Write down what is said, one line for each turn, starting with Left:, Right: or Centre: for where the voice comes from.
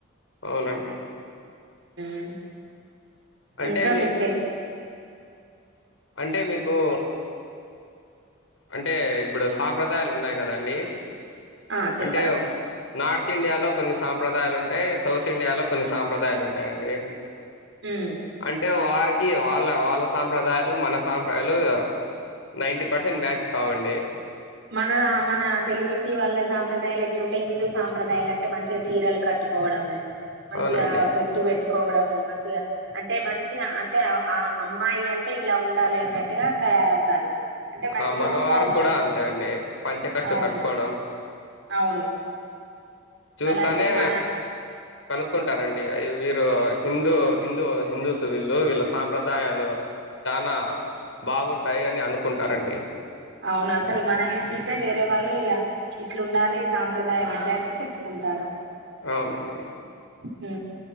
Left: అవునండి
Right: మ్
Left: అంటే
Right: ఇంకా
Left: మీ
Right: మీకు తె
Left: అంటే మీకు అంటే ఇప్పుడు సాంప్రదాయాలు ఉన్నాయి కదండి
Right: ఆ చెప్పండి
Left: అంటే నార్త్ ార్త్ ఇండియాలో కొన్ని సాంప్రదాయాలు ఉంటాయి సౌత్ ఇండియాలో కొన్ని సాంప్రదాయాలు ఉంటాయండి
Right: ఉమ్
Left: అంటే వార్ వాళ్ళ వాళ్ళ సాంప్రదాయాలు మన సాంప్రదయాలు నైటీ పర్సెంట్ మ్యా చ్ కావండి
Right: మన మన తెలుగుంటి వాళ్ళ సాంప్రదాయాలు ఎట్లుంటాయ్ హిందూ సాప్రదాలు అంటే మంచిగా చీరలు కట్ ట్టుకోవడ మంచిగా
Left: అవునండి
Right: బొట్టు పెట్టుకోవడం మంచిగా అంటే మంచిగా అంటే ఆ అమ్మాయి అంటే ఇలా ఉండాలి అన్నట్టుగా తయారవుతారు అంటే మంచిగా
Left: ఆ మగవారు
Right: ఉంటారు
Left: కూడా అంతే అండి పంచకట్టు
Right: అవును
Left: కట్టుకోవడం
Right: అవును
Left: చూస్తానే
Right: అలాంటివి మన
Left: కనుక్కుంటారండి ఆ వీరు హిందూ హిందూ హిందూస్ వీళ్ళు వీళ్ళ సాంప్రదాయాలు చనాా బాగుంటాయి అని అనుకుంటారండి
Right: అవును అసలు మనల్ని చూసే వేరే వాళ్ళు ఇలా ఇట్లు ఉండాలి ఈ సాంప్రదాయం అంటే అని చెప్పుకుం టారు
Left: అవునండి
Right: మ్